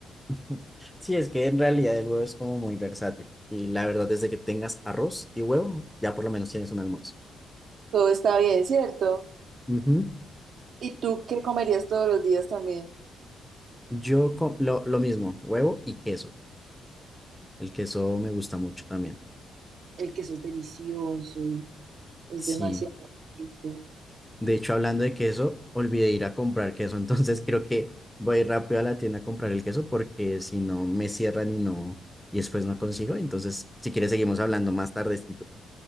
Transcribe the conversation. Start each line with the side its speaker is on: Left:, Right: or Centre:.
Centre: <laughs> Sí, es que en realidad el huevo es como muy versátil. Y la verdad es de que tengas arroz y huevo, ya por lo menos tienes un almuerzo.
Right: Todo está bien, ¿cierto?
Centre: Ujú.
Right: ¿Y tú qué comerías todos los días también?
Centre: Yo co- lo, lo mismo, huevo y queso. El queso me gusta mucho también.
Right: El queso es delicioso, es
Centre: Sí.
Right: demasiado rico.
Centre: De hecho, hablando de queso, olvidé ir a comprar queso, entonces <laughs> creo que voy a ir rápido a la tienda a comprar el queso porque si no me cierran y no, y después no consigo. Entonces, si quieres, seguimos hablando más tardecito.